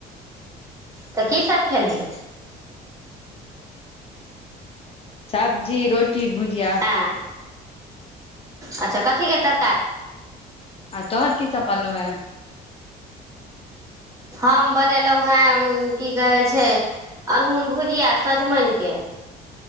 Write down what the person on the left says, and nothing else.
सब्जी रोट टी भुजिया
आ तोहर की सब बन लौ ये।।